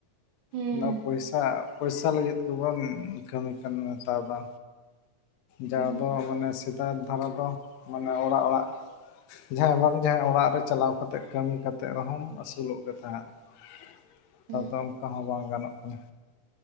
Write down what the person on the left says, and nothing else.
ᱟᱱᱟ ᱯᱚᱭᱥᱟ, ᱯᱚᱭᱥᱟ ᱞᱟᱹᱜᱤᱫ ᱜᱮᱵᱚᱱ ᱠᱟᱹᱢᱤ ᱠᱟᱱᱟ ᱱᱮᱛᱟᱨ ᱫᱚ᱾ ᱡᱟᱣ
ᱫᱚ ᱢᱟᱱᱮ ᱥᱮᱛᱟᱜ ᱫᱷᱟᱨᱟ ᱫᱚ ᱢᱟᱱᱮ ᱚᱲᱟᱜ ᱚᱲᱟᱜ ᱡᱟᱦᱟᱸᱭ ᱵᱟᱝ ᱡᱟᱦᱟᱸᱟᱭ ᱚᱲᱟᱜ ᱨᱮ ᱪᱟᱞᱟᱣ ᱠᱟᱛᱮᱜ ᱠᱟᱹᱢᱤ ᱠᱟᱛᱮᱜ ᱨᱮᱦᱚᱢ ᱟᱹᱥᱩᱞᱚᱜ ᱜᱮ ᱛᱟᱦᱮᱸᱫ᱾ ᱱᱮᱛᱟᱨ
ᱫᱚ ᱚᱱᱠᱟ ᱦᱚᱸ ᱵᱟᱝ ᱜᱟᱱᱚᱜ ᱠᱟᱱᱟ᱾